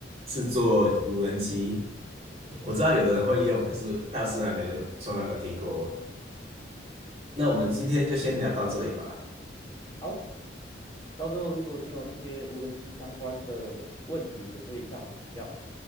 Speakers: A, on the right; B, on the left.
A: 是做无人机。我知道有的人会用，可是大师还没有，从来没有听过。那我们今天就先聊到这里吧。
B: 嗯，好，到时候如果你有一些无人机相关的问题，也可以向我请教。